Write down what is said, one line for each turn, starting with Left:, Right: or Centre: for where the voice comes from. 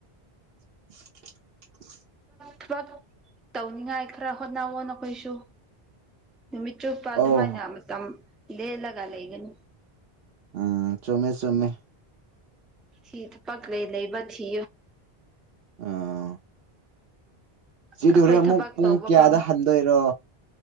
Right: <inaudible>
Centre: ꯊꯕꯛ ꯇꯧꯅꯤꯉꯥꯏ ꯈꯔ ꯍꯣꯠꯅꯋꯣ ꯅꯈꯣꯏꯁꯨ ꯅꯨꯃꯤꯠ ꯆꯨꯞꯄ ꯑꯗꯨꯃꯥꯏꯅ
Right: ꯑꯧ
Centre: ꯃꯇꯝ ꯂꯦꯜꯂꯒ ꯂꯩꯒꯅꯤ
Right: ꯎꯝ ꯆꯃꯦ ꯆꯃꯦ
Centre: ꯁꯤꯠ ꯄꯀ ꯂꯩ ꯂꯩꯕꯆꯤ
Right: ꯑꯥ ꯆꯗꯨ
Centre: ꯑꯩꯈꯣꯏ
Right: ꯍꯣꯔꯦꯟ
Centre: ꯊꯕꯛ
Right: ꯑꯃꯨꯛ ꯄꯨꯡ
Centre: ꯇꯧꯕ
Right: ꯀꯌꯥꯗ
Centre: ꯐꯥꯎ
Right: ꯍꯟꯗꯣꯏꯔꯣ